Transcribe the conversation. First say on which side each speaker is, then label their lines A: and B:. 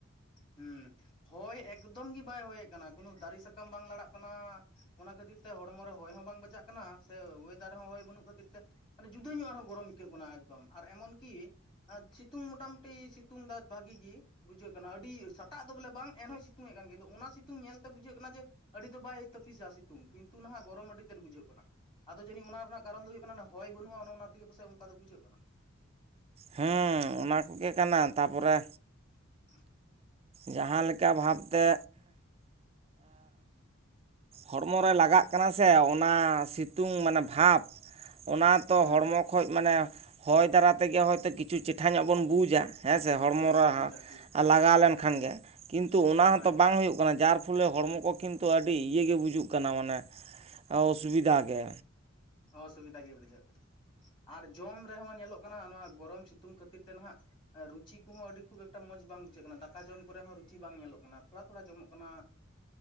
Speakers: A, on the left (about 25°); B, on the right (about 30°).
A: ᱦᱮᱸ ᱦᱚᱭ ᱮᱠᱫᱚᱢ ᱜᱮ ᱵᱟᱭ ᱦᱚᱭᱮᱫ ᱠᱟᱱᱟ ᱠᱳᱱᱳ ᱫᱟᱨᱮ ᱥᱟᱠᱟᱢ ᱵᱟᱝ ᱞᱟᱲᱟᱜ ᱠᱟᱱᱟ ᱚᱱᱟ ᱠᱷᱟᱹᱛᱤᱨ ᱛᱮ ᱦᱚᱲᱢᱚ ᱨᱮ ᱦᱚᱭ ᱦᱚᱸ ᱵᱟᱝ ᱵᱟᱡᱟᱜ ᱠᱟᱱᱟ ᱥᱮ ᱚᱭᱮᱫᱟᱨ ᱦᱚᱸ ᱦᱚᱭ ᱵᱟᱹᱱᱩᱜ ᱠᱷᱟᱹᱛᱤᱨ ᱛᱮ ᱢᱟᱱᱮ ᱡᱩᱫᱟᱹ ᱧᱚᱜ ᱟᱨᱦᱚᱸ ᱜᱚᱨᱚᱢ ᱟᱹᱭᱠᱟᱹᱜ ᱠᱟᱱᱟ ᱮᱠᱫᱚᱢ ᱟᱨ ᱮᱢᱚᱱᱠᱤ ᱥᱤᱛᱩᱝ ᱢᱚᱴᱟᱢᱩᱴᱤ ᱥᱤᱛᱩᱝ ᱫᱟ ᱵᱷᱟᱜᱤ ᱜᱮ ᱵᱩᱡᱷᱟᱹᱜ ᱠᱟᱱᱟ ᱟᱹᱰᱤ ᱥᱟᱴᱟᱜ ᱫᱚ ᱵᱚᱞᱮ ᱵᱟᱝ ᱮᱱᱦᱚᱸᱭ ᱥᱤᱛᱩᱝ ᱮ ᱠᱟᱱ ᱜᱮᱭᱟ ᱚᱱᱟ ᱥᱤᱛᱩᱝ ᱧᱮᱞ ᱛᱮ ᱵᱩᱡᱷᱟᱹᱜ ᱠᱟᱱᱟ ᱡᱮ ᱟᱹᱰᱤ ᱫᱚ ᱵᱟᱭ ᱛᱟᱹᱯᱤᱥᱟ ᱥᱤᱛᱩᱝ ᱠᱤᱱᱛᱩ ᱱᱟᱦᱟᱜ ᱜᱚᱨᱚᱢ ᱟᱹᱰᱤ ᱛᱮᱫ ᱵᱩᱡᱷᱟᱹᱜ ᱠᱟᱱᱟ ᱟᱫᱚ ᱡᱟᱹᱱᱤᱡ ᱚᱱᱟ ᱨᱮᱱᱟᱜ ᱠᱟᱨᱚᱱ ᱫᱚ ᱦᱩᱭᱩᱜ ᱠᱟᱱᱟ ᱦᱚᱭ ᱵᱟᱹᱱᱩᱜᱼᱟ ᱚᱱᱮ ᱚᱱᱟ ᱛᱮᱜᱮ ᱯᱟᱥᱮᱡ ᱚᱱᱠᱟ ᱫᱚ ᱵᱩᱡᱷᱟᱹᱜ ᱠᱟᱱᱟ
B: ᱦᱮᱸ ᱚᱱᱟ ᱠᱚᱜᱮ ᱠᱟᱱᱟ ᱛᱟᱨ ᱯᱚᱨᱮ
A: <unintelligible>
B: ᱡᱟᱦᱟᱸ ᱞᱮᱠᱟ ᱵᱷᱟᱵᱽᱛᱮ ᱦᱚᱲᱢᱚ ᱨᱮ ᱞᱟᱜᱟᱜ ᱠᱟᱱᱟ ᱥᱮ ᱚᱱᱟ ᱥᱤᱛᱩᱝ ᱢᱟᱱᱮ ᱵᱷᱟᱵᱽ ᱚᱱᱟ ᱛᱚ
A: ᱦᱩᱸ
B: ᱦᱚᱲᱢᱚ ᱠᱷᱚᱱ ᱢᱟᱱᱮ ᱦᱚᱭ ᱫᱟᱨᱟ ᱛᱮᱜᱮ ᱦᱚᱭ ᱛᱳ ᱠᱤᱪᱷᱩ ᱪᱮᱴᱷᱟ ᱧᱚᱜ ᱵᱚᱱ ᱵᱩᱡᱟ ᱦᱮᱸ ᱥᱮ ᱦᱚᱲᱢᱚ
A: ᱦᱮᱸ
B: ᱨᱮ
A: ᱵᱩᱡᱟ ᱴᱷᱤᱠ
B: ᱞᱟᱜᱟᱣ ᱞᱮᱱ ᱠᱷᱟᱱ ᱜᱮ ᱠᱤᱱᱛᱩ ᱚᱱᱟ ᱦᱚᱸᱛᱚ
A: ᱦᱳᱭ
B: ᱵᱟᱝ
A: ᱦᱳᱭ
B: ᱦᱩᱭᱩᱜ ᱠᱟᱱᱟ ᱡᱟᱨ ᱛᱟᱨ ᱯᱷᱚᱞᱮ ᱦᱚᱲᱢᱚ ᱠᱚ ᱠᱤᱱᱛᱩ ᱟᱹᱰᱤ ᱤᱭᱟᱹ ᱜᱮ ᱵᱩᱡᱩᱜ ᱠᱟᱱᱟ ᱢᱟᱱᱮ ᱚᱥᱩᱵᱤᱫᱷᱟ ᱜᱮ
A: ᱚᱥᱩᱵᱤᱫᱟ ᱜᱮ ᱵᱩᱡᱷᱟᱹᱜ ᱠᱟᱱᱟ ᱟᱨ ᱡᱚᱢ ᱨᱮᱦᱚᱸ ᱧᱮᱞᱚᱜ ᱠᱟᱱᱟ ᱱᱚᱣᱟ ᱜᱚᱨᱚᱢ ᱥᱤᱛᱩᱝ ᱠᱷᱟᱹᱛᱤᱨ ᱛᱮ ᱱᱟᱦᱟᱜ ᱨᱩᱪᱤ ᱠᱚᱦᱚᱸ ᱟᱹᱰᱤ ᱠᱷᱩᱵ ᱮᱠᱴᱟ ᱢᱚᱡᱽ ᱵᱟᱝ ᱵᱩᱡᱷᱟᱹᱜ ᱠᱟᱱᱟ ᱫᱟᱠᱟ ᱡᱚᱢ ᱠᱚᱨᱮ ᱦᱚᱸ ᱨᱩᱪᱤ ᱵᱟᱝ ᱧᱮᱞᱚᱜ ᱠᱟᱱᱟ ᱛᱷᱚᱲᱟ ᱛᱷᱚᱲᱟ ᱡᱚᱢᱚᱜ ᱠᱟᱱᱟ